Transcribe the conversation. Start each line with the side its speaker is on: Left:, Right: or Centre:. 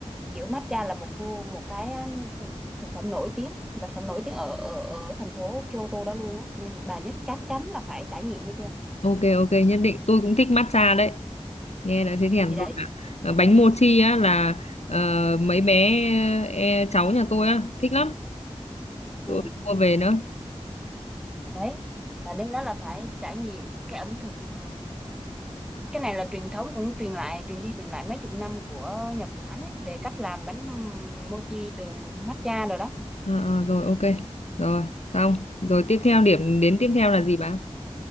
Centre: kiểu matcha là một khu một cái ờ, thực phẩm nổi tiếng vật phẩm nổi tiếng ở ở ở thành phố Kyoto đó luôn á nên bà nhất chắc chắn là phải trải nghiệm nghe chưa
Left: ok ok nhất định tôi cũng thích matcha đấy nghe đã thấy thèm
Centre: gì đấy
Left: rồi ạ. Ờ, bánh mochi á là ờ, mấy bé e, cháu nhà tôi á thích lắm
Centre: ừ
Left: tôi phải mua về nữa
Centre: đấy là đến đó là phải trải nghiệm cái ẩm thực ừm, cái này là truyền thống cũng truyền lại truyền đi truyền lại mấy chục năm của Nhật Bản ấy về cách làm bánh mochi từ matcha rồi đó
Left: Ờ, ờ, rồi ok rồi xong rồi tiếp theo điểm đến tiếp theo là gì bà